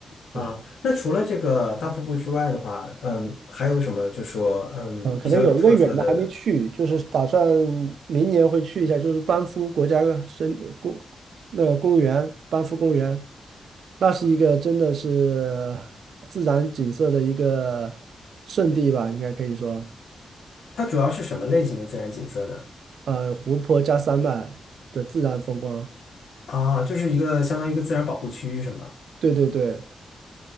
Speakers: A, on the right (about 80°); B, on the left (about 85°).
A: 对。
B: 啊，那除了这个大瀑布之外的话，嗯，还有什么就说嗯比较有特色的？
A: 嗯，可能有一个远的还没去，就是打算明年会去一下，就是班夫国家森公那个公园，班夫公园，那是一个真的是自然景色的一个圣地吧，应该可以说，
B: 它主要是什么类型的自然景色呢？
A: 呃，湖泊加山脉的自然风光，
B: 啊，就是一个相当于一个自然保护区是吗？
A: 对对对，